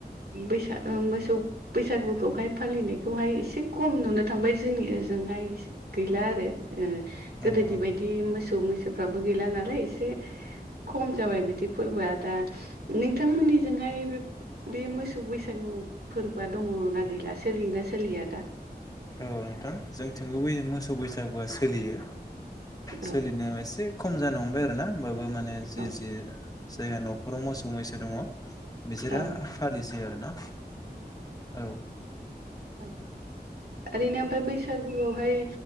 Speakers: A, on the right; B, on the left.
A: बैसाग ओ मोसौ बैसागुखौहाय फालिनायखौहाय एसे खम नुनो थांबाय जोंनि ओजोंहाय गैला आरो ओ गोदोनि
B: औ औ
A: बायदि मोसौ मैसोफ्राबो गैला नालाय एसे खम जाबाय बिदि फोरबोआ दा नोंथांमोननिजोंहाय बे बे मोसौ बैसागु फोरबोआ दङना गैला सोलियोना सोलिया दा?
B: औ नोंथां जोंथिंबो बै मोसौ बैसागुआ सोलियो। सोलिनोयाव
A: औ
B: एसे खम जानो हमबाय आरोोना होमबाबो माने जि
A: औ
B: जि जायहा न'खराव मोसौ मैसो दङ बिसोरा
A: औ
B: फालिसै आरोना। औ
A: औ। ओरैनो ओमफ्राय बैसागुआवहाय